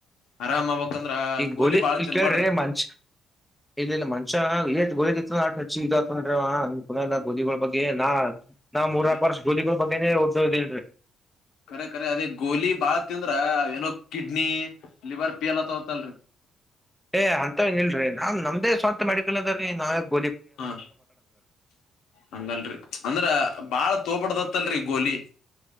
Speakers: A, on the left; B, in the centre.
A: ಆರಾಮ್ ಆಬಬೇಕಕ್ಂದ್ರ
B: ಈಗ
A: ಗೋಲಿ ಬಾಳ
B: ಇಲ್
A: ತಿನ್ಬಾರಡ್ದ್ರಿ
B: ಕೇಳ್ರಿ ಮನ್ಷ <inaudible> ಇಲ್ಲ ಇಲ್ಲ ಮನ್ಷ ಎಏತ್ ಗೋಲ ನಚ್ಚಿ ಇದತನ್ನ ಗೋಲಿಗಳ ಬಗ್ಗೆ ನಾ ನಾವು ಮೂರಾಕ್
A: ಅದೇ
B: ವರ್ಷ ಗಲಿಗಳ ಬಗ್ಗೆೇ <inaudible> ಓದ್ ಇದೀನ್ೀ
A: ಕರೆ ಕರೆ ಅದೇ ಗೋಲಿ ಬಾಳ ತಿಂದ್ರೆ ಏನೋ ಕಿಡ್ನಿ ಲಿವರ್ ಪೇಲ್ ಆಗತವಲ್ರಿ <inaudible>
B: ಏ ಅಂತವ್ ಇಲ್ರಿ ನಾವ್ ನಮ್ದ ಸ್ವಂತ ಮೆಡಿಕಲ್ ಅದ ರೀ ನಾವ <inaudible>
A: ಹಾ ಹಂಗಲ್ರಿ ಅಂದ್ರ ಬಾಳ ತೋಬಡ್ದತ್ತಲ್ರಿ ಗೋಲಿ.